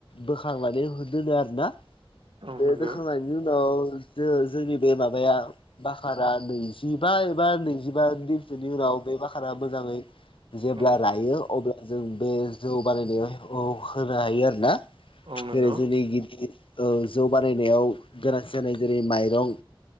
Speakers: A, on the left; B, on the right.
A: बोखांनानै ह दोनो आरो। ना।
B: औ
A: बे
B: नंगौ
A: दोखांनायनि उनाव ज जोंनि बे माबाया बाकारा नैजि बा एबा नैजिबा दिनसोनि उनाव बे बाखाना मोजाङै जेब्ला
B: औ
A: रायो अब्ला जों बे जौ बानायनायाव औ होनो हायो आरो ना
B: औ नंगौ
A: जेरै जोंनि गिदिर जौ बानायनायाव गोरा जै जेरै माइरं